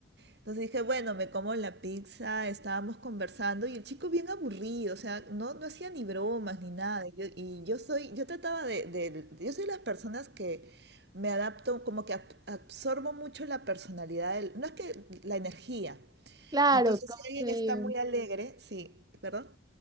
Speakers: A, on the right (about 60°); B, on the right (about 20°).
A: Entonces dije, bueno, me como la pizza, estábamos conversando y el chico bien aburrido, o sea, no, no hacía ni bromas ni nada. Y yo, y yo soy, yo trataba de, de- yo soy de las personas que me adapto, como que ab- absorbo mucho la personalidad, del- no es que la energía.
B: Claro,
A: Entonces,
B: como
A: si alguien
B: que
A: está muy alegre, sí, ¿perdón?